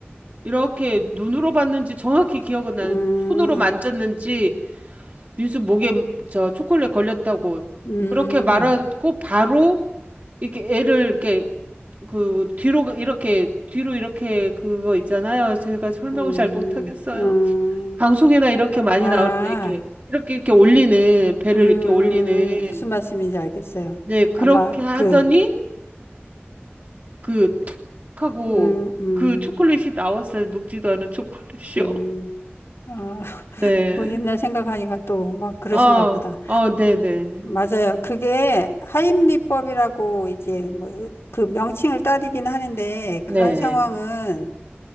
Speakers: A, on the right; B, on the left.
A: 이렇게 눈으로 봤는지 정확히 기억은 나는
B: 음,
A: 손으로 만졌는지 민수 목에 저 초콜릿 걸렸다고
B: 음,
A: 그렇게 말하고 바로 이렇게 애를 이렇게 그 뒤로 그 이렇게 뒤로 이렇게 그거 있잖아요. 제가 설명을
B: 음,
A: 잘 못하겠어요.
B: 음.
A: 방송이나 이렇게 많이
B: 아,
A: 나오는데 이렇게 이렇게 이렇게 올리는 배를
B: 음, 음,
A: 이렇게 올리는
B: 음. 음. 무슨 말씀인지 알겠어요.
A: 네 그렇게
B: 아마
A: 하더니
B: 그,
A: 그툭 하고
B: 음, 음,
A: 그 초콜릿이 나왔어요. 녹지도 않은 초콜릿이요.
B: 음. 아, <laughs>
A: 네.
B: 뭐 옛날 생각하니까 또 막 그러신가
A: 어,
B: 보다.
A: 어, 네네.
B: 맞아요. 그게 하임리법이라고 이제 뭐 그 명칭을 따르긴 하는데
A: 네,
B: 그런 상황은
A: 네.